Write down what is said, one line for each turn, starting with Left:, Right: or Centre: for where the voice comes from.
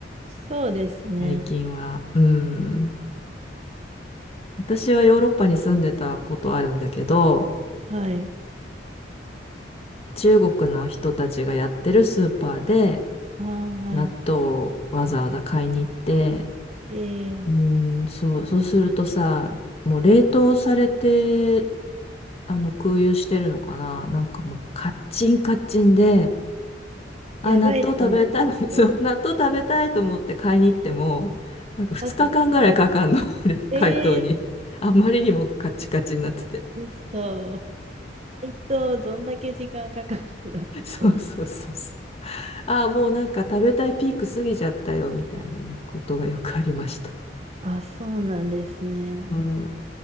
Right: そうですね。
Left: 最近は。うん。私はヨーロッパに住んでたことあるんだけど、
Right: はい。
Left: 中国の人たちがやってるスーパーで
Right: ああ、はいは
Left: 納豆をわざわざ買いに行って、
Right: い。
Left: うーん、
Right: ええ
Left: そう、そうするとさ、もう冷凍されて、あの、空輸してるのかななんかもうカッチンカッチンで、
Right: やばいじゃないですか。
Left: あ、納豆食べたい、<laughs> そう、納豆食べたいと思って買いに行っても、なんか2日間ぐらいかかんの、
Right: まず、
Left: あれ、
Right: ええ
Left: 解凍に。あまりにもカチカチになってて。
Right: ー、嘘。配当どんだけ時間かかるんだろう。
Left: そうそうそうそう。ああ、もうなんか食べたいピーク過ぎちゃったよ、みたいなね、ことがよくありました。
Right: <laughs> あ、そうなんですね。
Left: うん。